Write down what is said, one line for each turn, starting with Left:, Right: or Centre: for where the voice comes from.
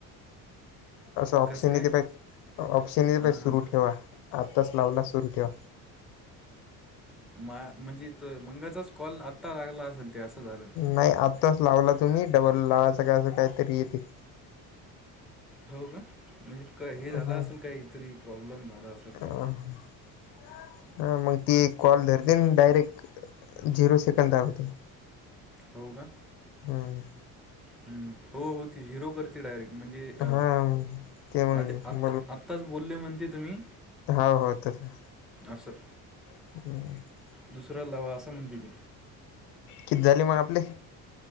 Left: असं ऑप्शन
Centre: कसं काय
Left: ते पा ऑप्शन ते
Centre: हां
Left: पा सुरू
Centre: हां
Left: ठेवा आत्ताच लावला सुरू ठेवा.
Centre: मा म्हणजे त मंगाचाच कॉल आत्ता लागला असेल ते असं. झालं
Left: नाही आत्ताच लावला तुम्ही डबल लावायच काय असं काहीतरी येते.
Centre: हो का म्हणजे का हे झालं
Left: हां
Centre: असल काहीतरी प्रॉब्लेम झाला असेल.
Left: हम ह हा मग ती कॉल एक धरते डायरेक्ट झिरो सेकंड दाखवते.
Centre: हो का?
Left: हम्म
Centre: हम्म हो हो ते जिरो करते डायरेक्ट म्हणजे अ
Left: हां ते मग
Centre: आद आता आ आत्ताच बोलले म्हणते तुम्ही
Left: हाव हो तसं
Centre: असल
Left: ह
Centre: दुसऱ्याला असा लावा असं म्हणती ती.
Left: कित झाले मग आपले?